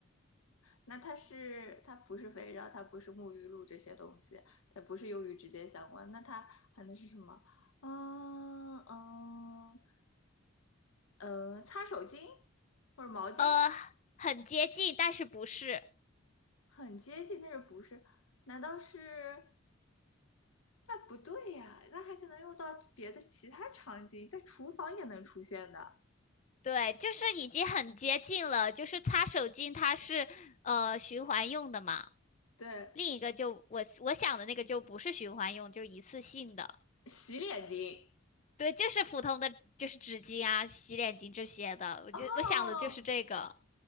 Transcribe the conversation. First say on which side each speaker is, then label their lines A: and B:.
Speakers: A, on the left (about 80°); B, on the left (about 35°).
A: 那它是它不是肥皂，它不是沐浴露这些东西，它不是由于直接相关。那它含能是什么？嗯嗯呃，擦手巾或者毛巾，
B: 呃，很接近，但是不是。
A: 很接近，但是不是？难道是？那不对呀，那还可能用到别的其他场景，在厨房也能出现的。
B: 对，就是已经很接近了，就是擦手巾它是呃循环用的嘛，
A: 对，
B: 另一个就我我想的那个就不是循环用，就一次性的，
A: 洗脸巾。
B: 对，就是普通的就是纸巾啊、洗脸巾这些的，我就我想的就是这个，
A: 哦